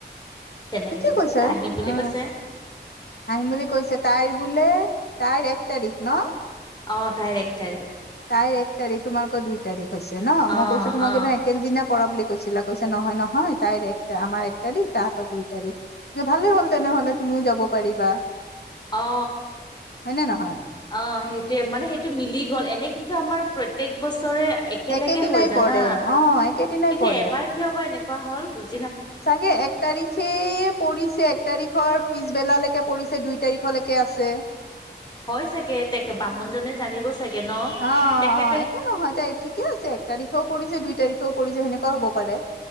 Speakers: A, on the left; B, on the left.
A: তেনেকে
B: ঠিকে
A: কৈছো
B: কৈছ
A: আহিম বুলি
B: উ
A: কৈছে
B: আহিম বুলি কৈছে তাইৰ বোলে তাইৰ এক তাৰিখ ন।
A: অ তাইৰ এক তাৰিখ।
B: তাইৰ এক তাৰিখ তোমাৰক দুই তাৰিখ হৈছে ন মই
A: অ
B: কৈছো তোমাকো
A: অ
B: একেল দিনা পৰা বুলি কৈছিলা কৈছে নহয় নহয়। হয় তাইৰ একটা আমাৰ এক তাৰিখ তাহাতৰ দুই তাৰিখ। ভালে হ'ল তেনেহ'লে তুমিও যাব পাৰিবা।
A: অ
B: হয় নে নহয়
A: অ সেইটোৱয়ে মানে সেইটো মিলি গ'ল এনেকে কিন্তু আমাৰ প্ৰত্যেক বছৰ। একেলগে
B: একেদিনাই
A: হৈ জানা
B: পৰে অ একেদিনাই
A: কিন্তু
B: পৰে
A: এবাৰ কিয় বা এনেকুৱা হল বুজ
B: চাগে এক তাৰিখে পিছে এক তাৰিখৰ পি পিছবেলালৈকে পৰিছে দুই তাৰিখলৈকে আছে।
A: হয় চাগে তে বামুণজনে জানিব। চাগে ন
B: অ
A: তেখেতে
B: অ একো নহয় তাই ঠিকে আছে এক তাৰিখেও পৰিছে দুই তাৰিখেও পৰিছে সেনেকুৱা হ'ব পা পাৰে।